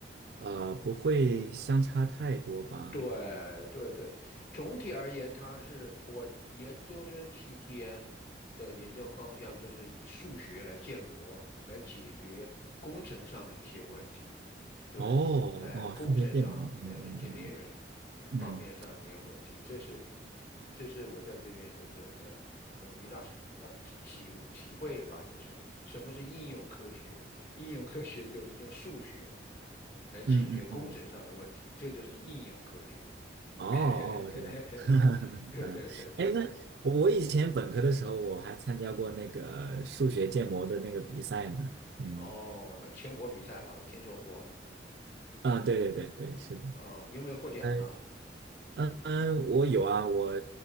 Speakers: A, on the right; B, on the left.
A: 呃不会相差太多吧？
B: 对对对，总体而言，它是我研究生期间的研究方向，就是以数学来建模，来解决工程上的一些问题。对，
A: 哦哦，
B: 呃，工程上的
A: 数学建模，嗯
B: engineering
A: 嗯嗯
B: 方面上的一些问题，这是这是我在这边就是说的这么一大呃体体体会吧，就是什么是应用科学，应用科学就是用数学来解决工程上的问题，
A: 嗯嗯嗯嗯。嗯
B: 这就是应用科学。
A: 哦哦，
B: <laughs>
A: 我知道，<laughs>
B: 对对对对，
A: 嗯，哎，那我我以前本科的时候，我还参加过那个数学建模的那个比赛呢。嗯，
B: 哦，那全国比赛吧，我听说过。
A: 啊，对对对对，是的，
B: 哦，你有没有获奖了？
A: 嗯嗯嗯，我有啊，我